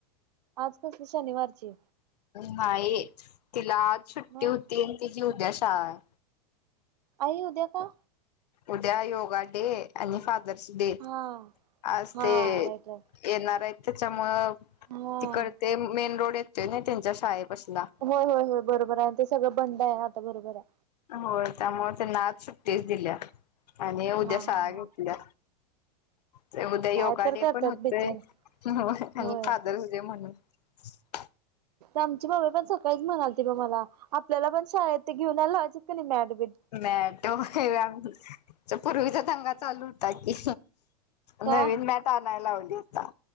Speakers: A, on the right; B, on the left.
A: आज कसली शनिवारची
B: नाही तिला आज सुुट्टी
A: मग
B: होती आणि तिझी उद्या शाळा
A: आई उद्या का?
B: उद्या योगा डे आणि फादर्स डे
A: हा
B: आज
A: हा
B: ते येणार
A: राईट राईट
B: आहेत त्याच्यामुळं
A: हा.
B: तिकडं ते मेन रोड येतोय ना त्यांच्या शाळेपशीला
A: होय होय होय बरोबर आहे ते सगळं बंद आहे आता बरोबर आहे.
B: होय त्यामुळे त्यांना आज सुट्टीच दिल्या आणि उद्या
A: हा
B: शाळा
A: हा हा.
B: घेतल्या ते उद्या योगा
A: काय तर
B: डे
A: करतात
B: पण होतय
A: बिचारे
B: आणि
A: होय.
B: फादरस डे म्हणून ह
A: आमची मम्मी पण सकाळीच म्हणालत बघ मला आपल्याला पण शाळेत घेऊनयला लावायचेत का नाही मॅडबीट
B: मॅट होय पूर्वीचा दगा चालू होता कि
A: का
B: नवीन मॅट आणायला लावली होता